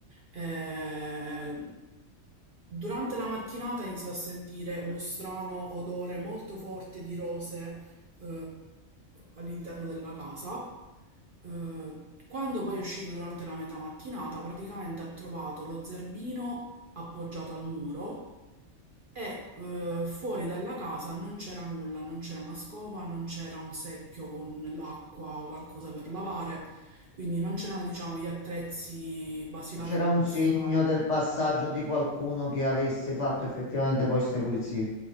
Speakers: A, on the right; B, on the left.
A: Eh, Durante la mattinata ha iniziato a sentire uno strano odore molto forte di rose eh, all'interno della casa. Eh, quando poi è uscito durante la metà mattinata, praticamente ha trovato lo zerbino appoggiato al muro e eh, fuori dalla casa non c'era nulla, non c'era una scopa, non c'era un secchio con l'acqua, qualcosa per lavare, quindi non c'erano, diciamo, gli attrezzi basilari
B: C'era
A: necessari.
B: un segno del passaggio di qualcuno che avesse fatto effettivamente poi queste pulizie.